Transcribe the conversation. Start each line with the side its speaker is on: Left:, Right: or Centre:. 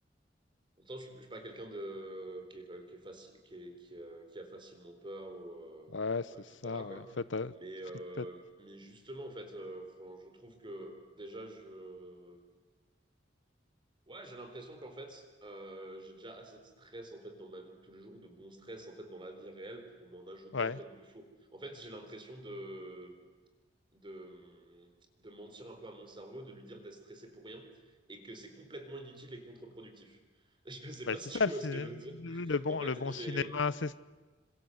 Right: pourtant, je suis, je suis pas quelqu'un de, qui est, qui est facile, qui est- qui, euh, qui a facilement peur ou, euh,
Left: ouais, c'est
Right: ouais, etc.,
Left: ça,
Right: quoi.
Left: ouais. En fait, euh,
Right: Mais, euh,
Left: flippette.
Right: mais justement, en fait, euh, enfin, je trouve que déjà, je, Ouais, j'ai l'impression qu'en fait, euh, j'ai déjà assez de stress en fait dans ma vie de tous les jours, de bon stress en fait dans la vie réelle pour m'en ajouter
Left: Ouais,
Right: en fait du faux. En fait, j'ai l'impression de, de de mentir un peu à mon cerveau, de lui dire d'être stressé pour rien et que c'est complètement inutile et contre-productif. <laughs> Je ne sais
Left: bah,
Right: pas
Left: c'est
Right: si
Left: ça
Right: tu
Left: le,
Right: vois
Left: ciné-
Right: ce que je veux dire.
Left: le bon,
Right: En fait,
Left: le bon
Right: j'ai
Left: cinéma, c'est